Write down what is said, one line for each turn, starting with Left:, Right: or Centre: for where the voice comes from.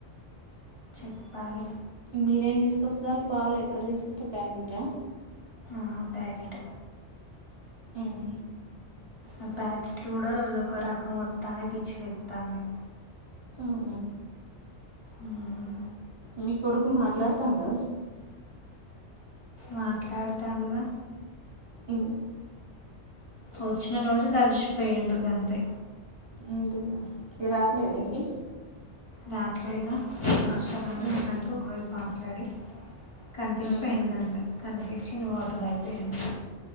Left: ప్పాలి
Right: మీరేం తీసుకొస్తాల పాలు ఎక్కడ తీసుకొస్త ప్యాకెట్ ఆ
Left: ఆ ప్యాకెట్
Right: ఊహు
Left: ఆ ప్యాకెట్లు కూడా రోజు ఒక రకం వత్తానే పిచ్చిలెత్తాంది
Right: ఉహు
Left: మ్మ్.
Right: మీ కొడుకు మాట్లాడుతాండా
Left: మాట్లాడుతాండుగా
Right: ఊ
Left: వచ్చిన రోజు కలిసి పోయిండు గంతే
Right: అంతేనా ఏ రావట్లేదా ఇంటికి
Left: రాట్లేడుగా హాస్టల్ నుండి
Right: ఉమ్,
Left: వచ్చినంక ఒక రోజు మాట్లాడి కనిపించిపోయిండు
Right: ఉమ్,
Left: గంతే కనిపించి నువ్వు అట్టు ధైపు ఎన్ <unintelligible>